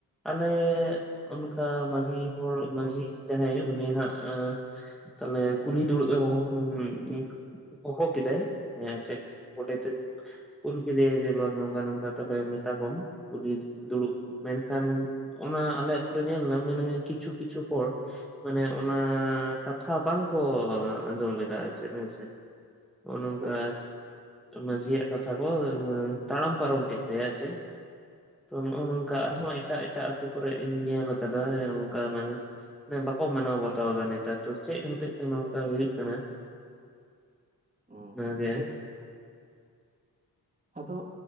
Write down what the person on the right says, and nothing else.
ᱴᱷᱤᱠ
ᱦᱩᱸ
ᱴᱷᱤᱠ ᱟᱫᱚ